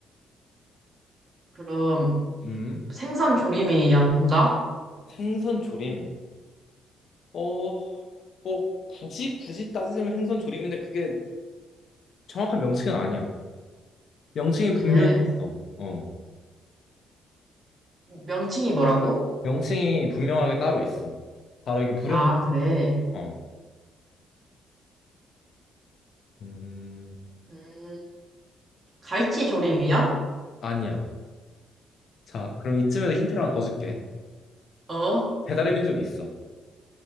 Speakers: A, on the right; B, on the left.
A: 그럼
B: 음.
A: 생선 조림이인가?
B: 생선 조림. 어, 뭐 굳이 굳이 따지자면 생선 조림인데 그게 정확한 명칭은 아니야. 명칭이 분명히
A: 그래.
B: 있어. 어.
A: 명칭이 뭐라고?
B: 명칭이 분명하게 따로 있어. 바로 이게 부르는
A: 아,
B: 명칭이
A: 그래.
B: 있어. 어. 음.
A: 음, 갈치 조림이야?
B: 아니야. 자, 그럼 이쯤에서 힌트를 하나 더 줄게.
A: 어,
B: 배달의 민족이 있어.